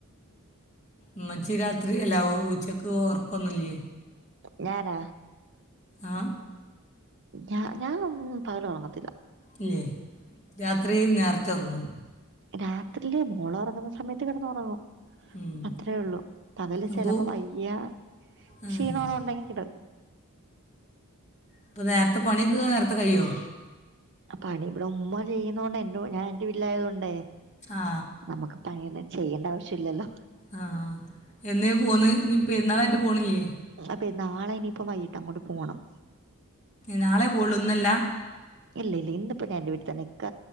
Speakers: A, on the left; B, on the right.
A: മ്മച്ചി രാത്രി അല്ല ഉച്ചക്ക് ഓർക്കൊന്നുല്ല്യേ?
B: ഞാനാ
A: ആ
B: ഞ ഞാൻ പകല് ഒറങ്ങത്തില്ല
A: ഇല്ലേ രാത്രി നേരത്തെ ഒർങ്ങും.
B: രാത്രില് മോളറങ്ങുന്ന സമയത്ത് കെടന്ന്റങ്ങും
A: ഉം
B: അത്രേ ഉള്ളു പകല്
A: അപ്പോൾ
B: ചെലപ്പൊ വയ്യ
A: ആ
B: ക്ഷീണോണം ഉണ്ടെങ്കി കിട
A: ഇപ്പൊ നേരത്തെ പണിയൊക്കെ നേരത്തെ കഴിയോ?
B: പണി ഇവിടെ ഉമ്മ ചെയ്യുന്നോണ്ട് എന്റെ ഞാൻ എന്റെ വീട്ട്ലായതോണ്ടേ
A: ആ
B: നമുക്ക് പണിയൊന്നും ചെയ്യണ്ട ആവശ്യ ല്ലല്ലോ?
A: ആ എന്നേ പോന്ന് ഇനി പരുന്നാളായിട്ട് പോണ്ല്ല്യേ?
B: അപ്പെ നാളെ ഇനിയിപ്പ വൈകിട്ട് അങ്ങോട്ട് പോണം
A: നാളെ പോവുള്ളു ഇന്നല്ല
B: ഇല്ല ഇല്ല ഇന്നിപ്പോ ഞാനെന്റെ വീട്ടി തന്നെ ഇക്ക